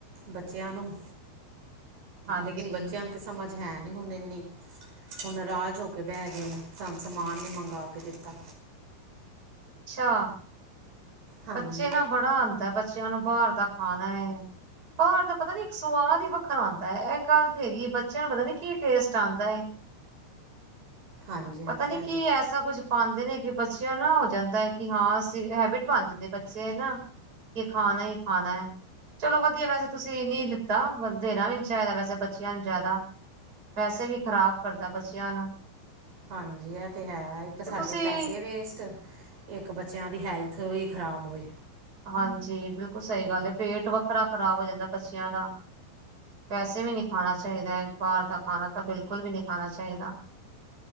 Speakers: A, on the right; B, on the right.
A: ਬੱਚਿਆਂ ਨੂੰ,
B: ਹਾਂਜੀ
A: ਲੇਕਿਨ ਬੱਚਿਆਂ ਤੇ ਸਮਝ ਹੈ ਨੀ ਹੁਣ ਇੰਨੀ, ਹੁਣ ਨਰਾਜ ਹੋ ਕੇ ਬਹਿ ਗਏ ਨੇ ਸਾਨੂੰ ਸਮਾਨ ਨੀ ਮੰਗ ਕੇ ਦਿੱਤਾ।
B: ਅੱਛਾ।
A: ਹਾਂਜੀ
B: ਬੱਚੇ ਨਾ ਬੜਾ ਆਉਂਦਾ ਹੈ ਬੱਚਿਆਂ ਨੂੰ ਬਾਹਰ ਦਾ ਖਾਣਾ ਹੈ। ਬਾਹਰ ਦਾ ਪਤਾ ਨੀ ਇੱਕ ਸਵਾਦ ਹੀ ਵੱਖਰਾ ਆਉਂਦਾ ਹੈ ਇਹ ਗੱਲ ਤੇ ਹੈਗੀ ਬੱਚਿਆਂ ਨੂੰ ਪਤਾ ਨੀ ਕੀ ਟੇਸਟ ਆਂਦਾ ਹੈ।
A: ਹਾਂਜੀ
B: ਪਤਾ
A: ਹਾਂਜੀ
B: ਨੀ
A: ਇਹ
B: ਕੀ
A: ਤੇ
B: ਹੈ ਐਸਾ ਕੁੱਝ ਪਾਉਂਦੇ ਨੇ ਕਿ ਬੱਚਿਆਂ ਨਾ ਹੋ ਜਾਂਦਾ ਹੈ ਕਿ ਹਾਂ ਅਸੀਂ ਹੈਬਿਟ ਪਾਣ ਜਾਂਦੇ ਬੱਚੇ ਨਾ, ਕਿ ਖਾਣਾ ਹੀ ਖਾਣਾ ਹੈ। ਚਲੋ ਵਧੀਆ ਵੈਸੇ ਤੁਸੀਂ ਨੀ ਦਿੱਤਾ ਦੇਣਾ ਵੀ ਨੀ ਚਾਹੀਦਾ ਵੈਸੇ ਬੱਚਿਆਂ ਨੂੰ ਜ਼ਿਆਦਾ, ਪੈਸੇ ਵੀ ਖ਼ਰਾਬ ਕਰਦਾ ਬੱਚਿਆਂ ਨੂੰ,
A: ਹਾਂਜੀ, ਇਹ ਤੇ ਹੈ ਇੱਕ
B: ਤੇ
A: ਸਾਡੇ
B: ਤੁਸੀਂ
A: ਪੈਸੇ ਵੇਸਟ, ਇੱਕ ਬੱਚਿਆਂ ਦੀ ਹੈਲਥ ਵੀ ਖ਼ਰਾਬ ਹੋਏ।
B: ਹਾਂਜੀ ਬਿਲਕੁਲ ਸਹੀ ਗੱਲ ਹੈ ਪੇਟ ਵੱਖਰਾ ਖ਼ਰਾਬ ਹੋ ਜਾਂਦਾ ਬੱਚਿਆਂ ਦਾ ਵੈਸੇ ਵੀ ਨੀ ਖਾਣਾ ਚਾਹੀਦਾ ਬਾਹਰ ਦਾ ਖਾਣਾ ਤਾਂ ਬਿਲਕੁਲ ਵੀ ਨਹੀ ਖਾਣਾ ਚਾਹੀਦਾ।